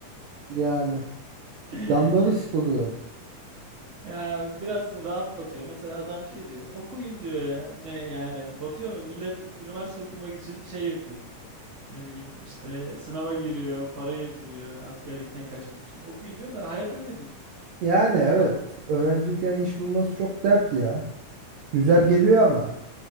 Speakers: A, on the right; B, on the right.
A: Yani
B: <laughs>
A: canları sıkılıyor.
B: Ya biraz rahat batıyor. Mesela adam şey diyor. Okuyun diyor ya. Ne yani batıyor mu? Millet üniversite okumak için şey yapıyor. Ne bileyim işte sınava giriyor, para yatırıyor askerlikten kaçmak için. Okuyun diyor da hayat öyle değil.
A: Yani evet
B: Ha-
A: öğrenciyken iş bulması çok dert ya.
B: yani
A: Güzel geliyor
B: şimdi
A: ama